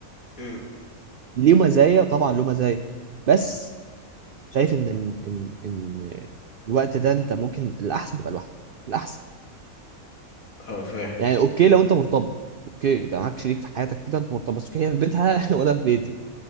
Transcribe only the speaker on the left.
أمم،
آه، فاهم